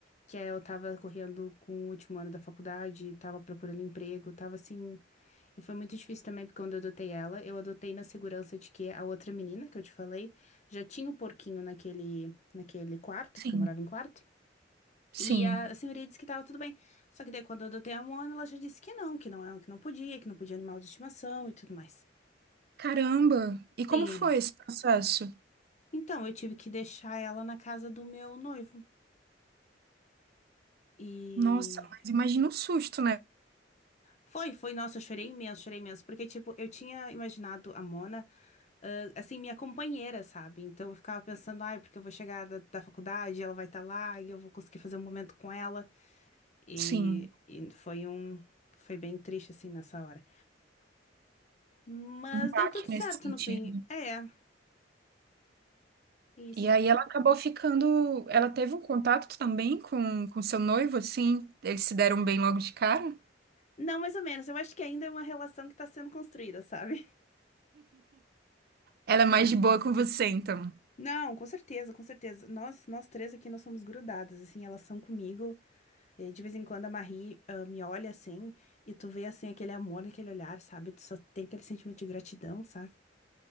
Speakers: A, on the left; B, on the right.
A: que é eu tava correndo com o último ano da faculdade, tava procurando emprego, tava assim E foi muito difícil também, porque quando eu adotei ela, eu adotei na segurança de que a outra menina que eu te falei já tinha o porquinho naquele, naquele quarto,
B: Sim,
A: porque eu morava em quarto.
B: sim.
A: E a, a senhoria disse que tava tudo bem. Só que daí quando eu adotei a Mona, ela já disse que não, que não é, que não podia, que não podia animal de estimação e tudo mais.
B: Caramba! E como
A: Sim.
B: foi esse processo?
A: Então, eu tive que deixar ela na casa do meu noivo. E
B: Nossa, mas imagina o susto, né?
A: Foi, foi, nossa, eu chorei imenso, chorei imenso, porque, tipo, eu tinha imaginado a Mona, ah, assim, minha companheira, sabe? Então eu ficava pensando, ai, porque eu vou chegar da, da faculdade, ela vai estar lá e eu vou conseguir fazer um momento com ela. E,
B: Sim,
A: e foi um, foi bem triste, assim, nessa hora. Mas
B: baque
A: deu tudo certo
B: nesse sentido.
A: no fim. É, isso.
B: E aí ela acabou ficando. Ela teve um contato também com, com seu noivo, assim? Eles se deram bem logo de cara?
A: Não, mais ou menos, eu acho que ainda é uma relação que tá sendo construída, sabe?
B: Ela é mais de boa com você, então.
A: <laughs> Não, com certeza, com certeza. Nós, nós três aqui, nós somos grudadas, assim, elas são comigo. E de vez em quando a Marie, ah, me olha assim e tu vê assim aquele amor naquele olhar, sabe? Tu só tem aquele sentimento de gratidão, sabe?